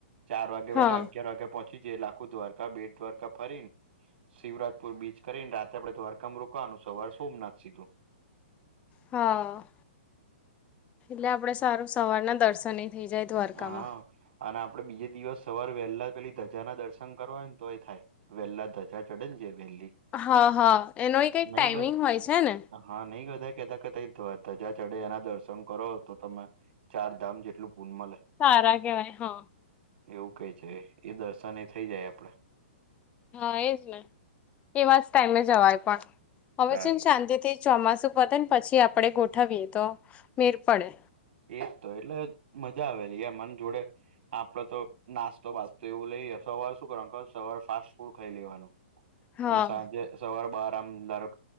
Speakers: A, on the right (about 60°); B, on the left (about 20°).
A: ચાર વાગે
B: હા
A: બેઠા અગિયાર વાગે પહોંચી જઈ લે આખું દ્વારકા બે દ્વારકા ફરીન શિવરાજપુર બીચ કરીને રાતે આપડે દ્વારકામ રોકવાનું સવાર સોમનાથ સીધું.
B: હા. એટલે આપડે સારું સવારના દર્શન ય થઇ જાય દ્વારકામાં.
A: હા. અને આપડે બીજે દિવસ સવારે વહેલા પેલી ધજા ના દર્શન કરવા હોય ને તો એ થાય વહેલા ધજા ચડે ને જે વહેલી
B: હા હા એનો એ કઈક
A: નહી
B: ટાઈમિંગ
A: બ
B: હોય છે ને
A: હા નહી બધ કેતા કે તઈ ધજા ચડે એના દર્શન કરો તો તમે ચાર ધામ જેટલું પૂન મલે.
B: સારા કેવાય હા.
A: એવું કેય છે એ દર્શન એ થઇ જાય આપડે.
B: હા એજ ને, એવા જ ટાઈમે જવાય પણ હવે
A: તારે
B: છેમ શાંતિ થી ચોમાસું પતે ને પછી આપડે ગોઠવીએ તો મેર પડે.
A: એજ તો એટલે મજા આવેલી એમ મન જોડે. આપડે તો નાસ્તો બાસ્તો એવું લઈએ સવારે શું કરવાનું અ સવાર ફાસ્ટ ફૂડ ખાઈ લેવાનું.
B: હા
A: અને સાંજે સવાર બાર આરામદારો